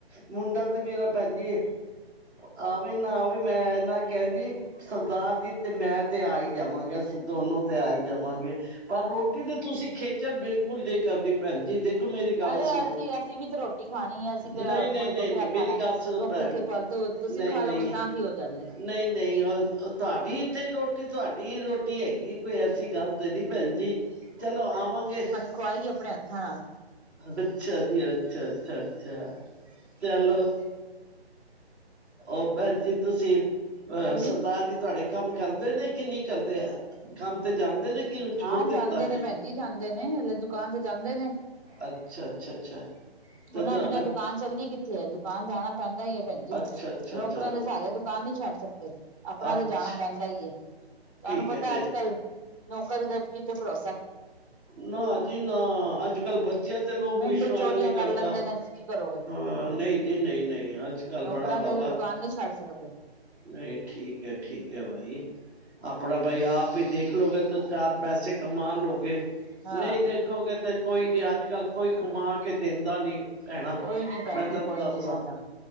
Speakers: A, in the centre; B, on the right.
A: ਮੁੰਡਾ ਤੇ ਮੇਰਾ ਭੈਣ ਜੀ ਆਵੇ ਨਾ ਆਵੇ ਮੈਂ ਨਾ ਕਹਿੰਦੀ। ਸਰਦਾਰ ਜੀ ਤੇ ਮੈਂ ਤੇ ਆ ਹੀ ਜਾਵਾਂਗੇ ਅਸੀਂ ਦੋਨੋ ਤੇ ਆਈ ਜਾਵਾਂਗੇ। ਪਰ ਰੋਟੀ ਦੀ ਤੁਸੀਂ ਖੇਚਲ ਬਿਲਕੁਲ ਨਹੀਂ ਕਰਨੀ ਭੈਣ ਜੀ ਦੇਖ ਮੇਰੀ ਗੱਲ
B: ਅਰੇ
A: ਸੁਣੋ
B: ਅਸੀਂ ਅਸੀਂ ਵੀ ਤੇ ਰੋਟੀ ਖਾਣੀ ਹੈ ਅਸੀਂ ਕਿਹੜਾ
A: ਨਹੀਂ ਨਹੀਂ
B: ਕੋਈ
A: ਨਹੀਂ
B: ਵੱਖਰਾ
A: ਨਹੀਂ ਮੇਰੀ
B: ਖਾਣਾ
A: ਗੱਲ ਸੁਣੋ
B: ਦੋ
A: ਭੈਣ
B: ਫੁਲਕੇ ਫਾਲਤੂ ਤੁਸੀਂ
A: ਨਹੀਂ
B: ਖਾ
A: ਨਹੀਂ
B: ਲੋਗੇ ਤਾਂ ਕੀ ਹੋ ਚੱਲੇ
A: ਨਹੀਂ ਨਹੀਂ ਉਹ ਤੁਹਾਡੀ ਇੱਥੇ ਹੀ ਰੋਟੀ ਤੁਹਾਡੀ ਰੋਟੀ ਹੈਗੀ ਕੋਈ ਐਸੀ ਗੱਲ ਤੇ ਦੀ ਭੈਣ ਜੀ ਚਲੋ ਆਵਾਂਗੇ।
B: ਖੁਵਾਏਗੀ ਆਪਣੇ ਹੱਥਾਂ ਨਾਲ।
A: ਅੱਛਾ ਜੀ ਅੱਛਾ ਅੱਛਾ ਅੱਛਾ ਚੱਲੋ। ਉਹ ਭੈਣ ਜੀ ਤੁਸੀਂ ਅ
B: ਹਾਂਜੀ
A: ਸਰਦਾਰ ਜੀ ਤੁਹਾਡੇ ਕੰਮ ਕਰਦੇ ਨੇ ਕਿ ਨਹੀਂ ਕਰਦੇ? ਕੰਮ ਤੇ ਜਾਂਦੇ ਨੇ ਕਿ ਛੋੜ
B: ਹਾਂ
A: ਦਿੱਤਾ
B: ਜਾਂਦੇ
A: ਨੇ।
B: ਭੈਣ ਜਾਂਦੇ ਨੇ ਹਲੇ ਦੁਕਾਨ ਚ ਜਾਂਦੇ ਨੇ
A: ਅੱਛਾ ਅੱਛਾ ਅੱਛਾ। ਤੇ
B: ਉਹਨਾਂ
A: ਤੁਹਾਡਾ
B: ਬਿਨਾ ਦੁਕਾਨ ਚੱਲਦੀ ਕਿੱਥੇ ਹੈ ਦੁਕਾਨ ਜਾਣਾ ਪੈਂਦਾ। ਭੈਣ ਜੀ
A: ਅੱਛਾ ਅੱਛਾ
B: ਨੌਕਰਾਂ
A: ਅੱਛਾ
B: ਦੇ ਸਾਰੇ ਦੁਕਾਨ ਨੀ ਛੱਡ ਸਕਦੇ ਆਪਣਾ
A: ਅੱਛ
B: ਤੇ ਜਾਣਾ ਪੈਂਦਾ ਹੀ ਹੈ। ਤੁਹਾਨੂੰ
A: ਠੀਕ
B: ਪਤਾ
A: ਹੈ ਦੇ
B: ਅੱਜ ਕੱਲ ਨੌਕਰ ਦੇ ਕਿਥੋਂ ਭਰੋਸ।
A: ਨਾ। ਜੀ। ਨਾ। ਅੱਜ। ਕੱਲ। ਬੱਚਿਆਂ। ਤੇ। ਲੋਕ।
B: ਮਿੰਟ
A: ਵਿਸ਼ਵਾਸ।
B: ਚੋਰੀਆਂ ਕਰ
A: ਕਰਦਾ
B: ਲੈਂਦੇ ਨੇ ਕੀ ਕਰੋਗੇ
A: ਹਾਂ ਨਹੀਂ ਜੀ ਨਹੀਂ ਨਹੀਂ ਅੱਜ ਕਲ
B: ਨੌਕਰਾਂ
A: ਬੜਾ
B: ਤੇ
A: ਬਾਬਾ।
B: ਦੁਕਾਨ ਨਹੀਂ ਛੱਡ ਸਕਦੇ
A: ਨਹੀਂ ਠੀਕ ਏ ਠੀਕ ਏ ਬਾਈ ਆਪਣਾ ਬਾਈ ਆਪ ਹੀ ਦੇਖ। ਦੇਖ ਲੋਗੇ ਤਾਂ ਚਾਰ ਪੈਸੇ ਕਮਾ ਲੋਗੇ
B: ਹਾਂ
A: ਨਹੀਂ ਦੇ। ਦੇਖੋਗੇ ਤੇ ਕੋਈ ਵੀ ਅੱਜ ਕੱਲ ਕੋਈ ਕਮਾ ਕੇ ਦਿੰਦਾ ਨੀ। ਭੈਣਾਂ
B: ਕੋਈ ਨੀ ਭੈਣ
A: ਮੈਂ
B: ਜੀ
A: ਤੁਹਾਨੂੰ
B: ਕੋਈ
A: ਦੱਸ
B: ਨੀ ਏਦਾਂ
A: ਆ।